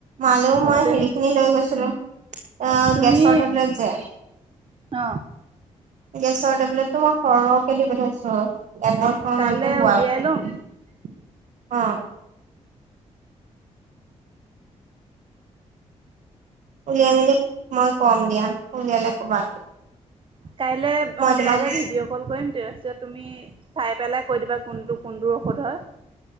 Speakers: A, on the right; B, on the right.
A: মালৈ মই
B: অ তেন
A: হেৰিখিনি লৈ গৈছিলো। আহ,
B: তুমি
A: গেছ টেবলেট যে
B: অ
A: গেছৰ টেবলেটটো মই সৰহকে দিবলৈ দিছো। এবছৰ
B: কাইলৈ
A: মানকে হোৱা
B: উলিয়াই
A: <unintelligible>
B: ল'ম
A: অ' উলিয়াই মেলি মই কম দিয়া উলিয়ালে কবা।
B: কাইলৈ
A: মই
B: অ'
A: তোমাক
B: কাইলৈ ভিডিঅ' কল কৰিম, ত পিছত তুমি চাই পেলাই কৈ দিবা কোনটো কোনটোৰ ঔষধ হয়।